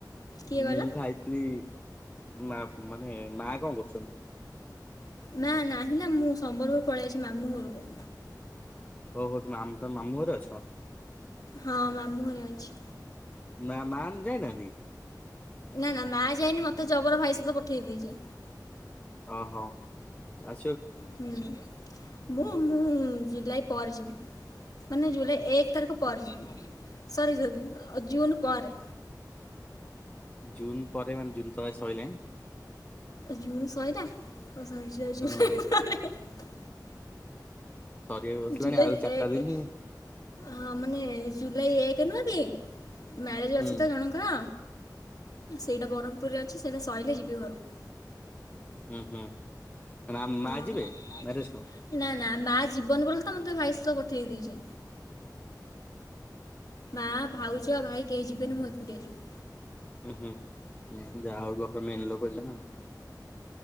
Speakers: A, on the left (about 55°); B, on the left (about 20°).
A: କିଏ କହିଲ?
B: ମୁଁ ଖାଇଥିଲି। ମା ମାନେ ମା କଣ କରୁଛନ୍ତି।
A: ନା ନାହିଁ ନା ମୁଁ ସମ୍ବଲପୁର ପଳେଇଆଇଚି ମାମୁଁ ଘରକୁ।
B: ଓହୋ ତୁମ ମାମ ତମେ ମାମୁଁ ଘରେ ଅଛ।
A: ହଁ ମାମୁ ଘରେ ଅଛି।
B: ମା ମାନ ଯାଇନାହାନ୍ତି।
A: ନା ନା ମା ଯାଇନି ମତେ ଜବର ଭାଇ ସହିତ ପଠେଇ ଦେଇଛି।
B: ଓହୋ ଆ
A: ହୁଁ ମୁଁ ମୁଁ ଜୁଲାଇ ପରେ ଯିବି। ମାନେ ଜୁଲାଇ ଏକ ତାରିଖ ପରେ ଯିବ ସରି ସରି ଜୁନ ପରେ।
B: ଜୁନ୍ ପରେ ମାନେ ଜୁନ ତ ଏଇ ସଇଲାଣି।
A: ଜୁନ ସଇଲା ଓ ସରି ସରି
B: ହଁ
A: ସ ଜୁନ୍ <unintelligible>
B: ସରିବାକୁ ବସିଲାଣି
A: ଜୁଲାଇ
B: ଆଉ ଚାରିଟା
A: ଏକେ
B: ଦିନ
A: ହଁ ମାନେ ଜୁଲାଇ ଏକ ନୁହଁ କି ମ୍ୟାରେଜ
B: ହୁଁ
A: ଅଛି ତ ଜଣଙ୍କର। ସେଇଟା ବରହ୍ମପୁରେ ଅଛି ସେଇଟା ସଇଲେ ଯିବି ଘରକୁ।
B: ହୁଁ ହୁଁ ମା
A: ହଁ
B: ମା ଯିବେ ମ୍ୟାରେଜ କୁ?
A: ନା ନା ମା ଯିବନି ବୋଲି ତ ମତେ ଭାଇ ସହ ପଠେଇ ଦେଇଚି। ମା ଭାଉଜ ଭାଇ କେହି ଯିବେନି ମୁଁ ଏକୁଟିଆ ଯିବି।
B: ଉ ହୁଁ ହଁ ଯାହା ହଉ ଘର ର ମେନ୍ ଲୋକ ଯିବେ ଆଉ।